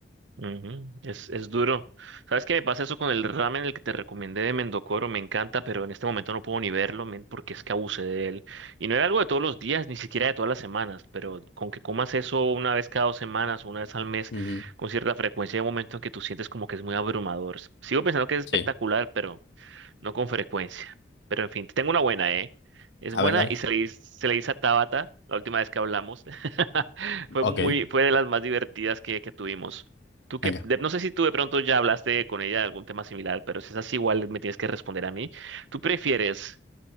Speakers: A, on the right (about 85°); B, on the left (about 75°).
A: Ujú, Es, es duro. ¿Sabes qué me pasa eso con el ramen, el que te recomendé de Mendocoro? Me encanta, pero en este momento no puedo ni verlo, men, porque es que abusé de él. Y no era algo de todos los días, ni siquiera de todas las semanas, pero con que comas eso una vez cada dos semanas, una vez al mes,
B: Ujú,
A: con cierta frecuencia, hay un momento en que tú sientes como que es muy abrumador. Sigo pensando que es espectacular,
B: Sí.
A: pero no con frecuencia. Pero en fin, te tengo una buena, ¿eh? Es
B: A
A: buena
B: ver, dale.
A: y se le, dis- se le dice a Tabata la última vez que hablamos. <laughs> Fue
B: Ok,
A: muy, fue de las más divertidas que, que tuvimos. Tú
B: venga.
A: que, de- no sé si tú de pronto ya hablaste con ella de algún tema similar, pero si es así, igual me tienes que responder a mí. ¿Tú prefieres